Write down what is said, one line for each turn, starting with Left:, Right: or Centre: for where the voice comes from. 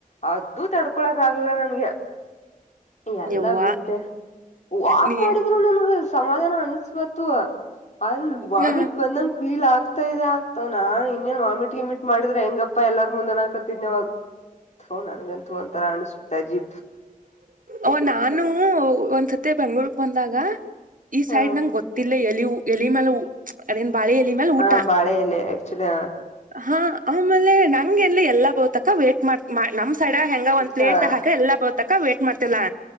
Left: ಅದುೂ ತಡ್ಕೊಳಕ್ ಆಗ್ಲ್ಲ ನನ್ಗೆ ಎಲ್ಲಾ
Right: ಯವ್ವ
Left: ಬಿಟ್ಟೆ ವಾಕ್
Right: ನೀ
Left: ಮಾಡಿದ್ರು ನನ್ಗ ಸಮಾಧಾನ ಅನ್ಸವತ್ತು ಅಲ್ ವಾಮಿಟ್
Right: ಹ
Left: ಬಂದಂಗ ಫೀಲ್ ಆಗ್ತಾ ಇದೆ ಆಗ್ತ ನಾನ್ ಇನ್ನೇನ್ ವಾಮಿಟ್ ಮಾಡಿದ್ರೆ ಹೆಂಗಪ್ಪಾ ಎಲ್ಲಾರ ಮುಂದನ ಹಾಕತಿದಿವಾಗ ಹೋ ನನಗೆಂತು ಒಂತರ ಅಾಣಿಸ್ ತಜಿ
Right: ಓ ನಾನು ಒಂದ್ಸತಿ ಬೆಂಗ್ಳೂರ್ಕ್ ಬಂದಾಗ ಈ
Left: ಹ
Right: ಸೈಡ್ ನಂಗ ಗೊತ್ತಿಲ್ಲ ಎಲಿವು ಎಲಿ ಮ್ಯಾಲ ಅದನ್ ಬಾಳಿ ಎಲಿ ಮ್ಯಾಲ
Left: ಹಾ
Right: ಊಟ
Left: ಬಾಳೆ ಎಲೆ ಆಕ್ಚುಲಿ
Right: ಹಾ ಆಮೇಲೆ ನಂಗೆ ಎನ್ ಎಲ್ಲಾ ಬೋತಕ ವೇಟ್ ಮಾಡ ನಮ್ ಸಡ ಹೆಂಗ ಒಂದ್ ಪ್ಲೇಟ್
Left: ಹಾ
Right: ದಾಕ ಎಲ್ಲ ಬ ತಕ್ಕ ವೇಟ್ ಮಾಡ್ತಲ್ಲಾ